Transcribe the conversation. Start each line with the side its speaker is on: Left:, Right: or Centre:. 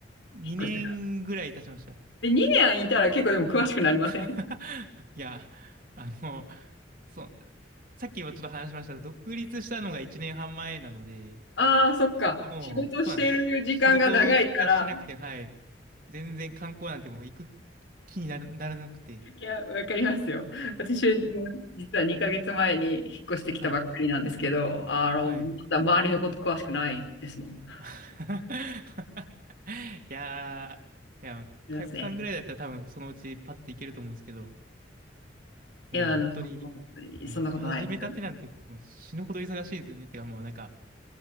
Right: 2年ぐらい経ちました。
Left: 引っ越してから。で、2年いたら結構でも詳しくなりません
Right: <laughs> いや、あの、そう、さっきもちょっと話しましたが、独立したのが1年半前なので、
Left: ああー、そっか。
Right: もう、
Left: 仕事してる時間が長いから。
Right: そうなんです。仕事しかしてなくて、はい。全然観光なんてもう行く気になら、ならなくて、
Left: いや、わかりますよ。私も実は2ヶ月前に引っ越してきたばっかりなんですけど、
Right: はい。
Left: あの、
Right: はい。
Left: まだ周りのこと詳しくないですもん。あ
Right: <laughs> いやー、いや、
Left: りますね。
Right: かよこさんぐらいだったら多分そのうちパッて行けると思うんですけど、
Left: いや、
Right: もう本当に、
Left: あの、
Right: はい、
Left: そんなことないですよ。
Right: 始めたてなんてもう死ぬほど忙しいですよね。てかもうなんか、